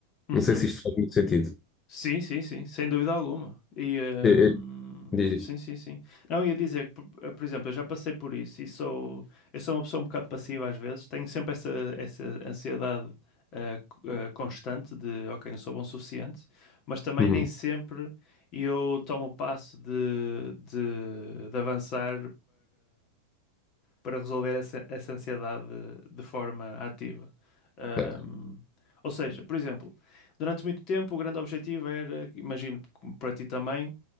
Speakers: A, on the left (about 40°); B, on the left (about 20°).
A: Uhum.
B: Não sei se isto faz muito sentido.
A: Sim, sim, sim, sem dúvida alguma. E
B: É,
A: hum,
B: é, diz,
A: sim,
B: diz.
A: sim, sim. Não, ia dizer que, por eh, por exemplo, eu já passei por isso e sou, eu sou uma pessoa um bocado passiva às vezes, tenho sempre essa, essa ansiedade eh, co- eh, constante de, ok, não sou bom o suficiente, mas também
B: Uhum.
A: nem sempre eu tomo o passo de, de, de avançar para resolver essa, essa ansiedade de, de forma ativa. Ahm,
B: Certo.
A: ou seja, por exemplo, durante muito tempo o grande objetivo era, imagino como para ti também,